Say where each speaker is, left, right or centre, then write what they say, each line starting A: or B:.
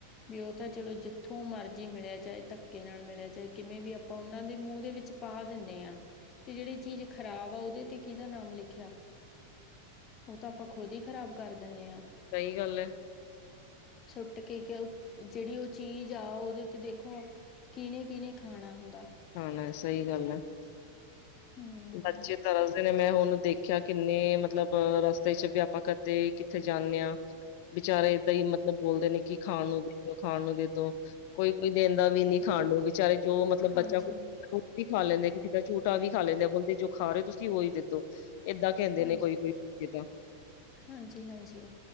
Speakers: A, on the left (about 30°); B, on the left (about 45°).
A: ਵੀ ਓ ਤਾਂ ਚਲੋ ਜਿੱ ਥੋਂ ਮਰਜ਼ੀ ਮਿਲਿਆ ਚਾਏ ਧੱਕੇ ਨਾਲ ਮਿਲਿਆ ਚਾਏ ਕਿਵੇਂ ਵੀ ਅਪਾਂ ਉਨਾਂ ਦੇ ਮੂੰਹ ਦੇ ਵਿੱਚ ਪਾ ਦਿੰਣੇ ਆਂ। ਤੇ ਜੇੜੀ ਚੀਜ਼ ਖ਼ਰਾਬ ਆ ਓਦੇ ਤੇ ਕਿਦਾ ਨਾਮ ਲਿਖਿਆ। ਓਹ ਤਾਂ ਅਪਾਂ ਖੁਦ ਹੀ ਖ਼ਰਾਬ ਕਰ ਦਿੰਣੇ ਆਂ।
B: ਸਹੀ ਗੱਲ ਐ।
A: ਸੁੱਟ ਕੇ ਕਿਓ ਜੇੜੀ ਔ ਚੀਜ਼ ਆ ਔਦੇ ਤੇ ਦੇਖੋ। ਕਿਨੇ-ਕਿਨੇ ਖਾਣਾ ਹੁੰਦਾ।
B: ਹਾਂ, ਸਹੀ ਗੱਲ ਐ।
A: ਹਮ
B: ਬੱਚੇ ਤਰਸਦੇ ਨੇ ਮੈਂ ਹੂਣ ਦੇਖ ਖਿਆ ਕਿੰਨੇ ਮਤਲਬ ਰਸਤੇ ਚ ਵੀ ਅਪਾਂ ਕਦੇ ਕਿੱਥੇ ਜਾਂਣੇ ਆਂ, ਬਿਚਾਰੇ ਏਦਾਂ ਹੀ ਲਬ ਬੋਲਦੇ ਨੇ ਕਿ ਖਾਣ ਨੂੰ ਦੇਦੋ, ਖਾਣ ਨੂੰ ਦੇਦੋ, ਕੋਈ-ਕੋਈ ਦੇੰਦਾ ਵੀ ਨੀ ਖਾਣ ਨੂੰ ਵਿਚਾਰੇ ਜੋ ਮਤਲਬ
A: ਹਾਂਜੀ
B: ਬੱਚਾ ਕੁ ਝੂਠ ਵੀ ਖਾ ਲੈਂਦੇ ਕਿਸੇ ਦਾ ਝੂਟਾ ਵੀ ਖਾ ਲੈਂਦੇ ਆ ਬੋਲਦੇ ਜੋ ਖਾ ਰੇ ਤੁਸੀਂ ਓਹੀ ਦੇਦੋ। ਏਦਾਂ ਕੈੰਦੇ
A: ਹਾਂਜੀ
B: ਨੇ ਕੋਈ-ਕੋਈ ਕੇਤਾਂ।
A: ਹਾਂਜੀ, ਹਾਂਜੀ।